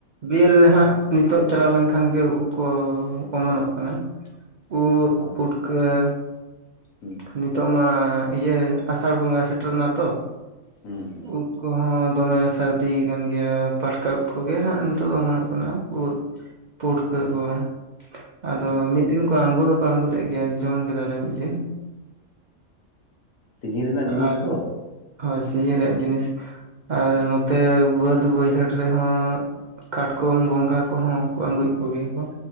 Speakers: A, on the right; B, on the left.
A: ᱵᱤᱨ ᱨᱮ ᱦᱟᱸᱜ ᱱᱤᱛᱚᱜ ᱪᱟᱞᱟᱣ ᱞᱮᱱᱠᱷᱟᱱ ᱜᱮ ᱩᱫ ᱠᱚ ᱚᱢᱚᱱᱚᱜ ᱠᱟᱱᱟ᱾ ᱩᱫ,
B: ᱟᱪᱪᱷᱟ
A: ᱯᱷᱩᱴᱠᱟᱹ᱾
B: ᱦᱩᱸ
A: ᱱᱤᱛᱚᱜ ᱢᱟ ᱤᱭᱟᱹ ᱟᱥᱟᱲ ᱵᱚᱸᱜᱟ ᱥᱮᱴᱮᱨᱱᱟ ᱛᱚ᱾
B: ᱦᱩᱸ
A: ᱩᱫ ᱠᱚᱦᱚᱸ ᱫᱚᱢᱮ ᱥᱟᱹᱨᱫᱤ ᱠᱟᱱ ᱜᱮᱭᱟ ᱯᱟᱴᱠᱟ ᱩᱫ ᱠᱚᱜᱮ ᱦᱟᱸᱜ ᱱᱤᱛᱚᱜ ᱫᱚ ᱚᱢᱚᱱᱚᱜ ᱠᱟᱱᱟ᱾ ᱯᱩᱨ ᱯᱩᱴᱠᱟᱹ
B: ᱦᱩᱸ
A: ᱠᱚ ᱟᱫᱚ
B: ᱦᱩᱸ
A: ᱢᱤᱫ ᱫᱤᱱ᱾ ᱟᱝᱜᱩ ᱫᱚᱠᱚ ᱟᱝᱜᱩ ᱞᱮᱫ ᱜᱮᱭᱟ ᱡᱚᱢ ᱠᱮᱫᱟᱞᱮ ᱢᱤᱫ ᱫᱤᱱ᱾
B: ᱥᱤᱡᱤᱱ ᱨᱮᱱᱟᱜ ᱡᱤᱱᱤᱥ
A: ᱟᱨ
B: ᱛᱚ
A: ᱦᱳᱭ ᱥᱤᱭᱤ ᱨᱮᱭᱟᱜ ᱡᱤᱱᱤᱥ ᱟᱨ ᱱᱚᱛᱮ ᱵᱟᱹᱫ, ᱵᱟᱹᱭᱦᱟᱹᱲ ᱴᱨᱮᱦᱚᱸ ᱠᱟᱴᱠᱚᱢ, ᱜᱚᱝᱜᱷᱟ ᱠᱚᱦᱚᱸ ᱠᱚ ᱟᱜᱩᱭᱮᱫ ᱠᱚᱜᱮᱭᱟ ᱠᱚ᱾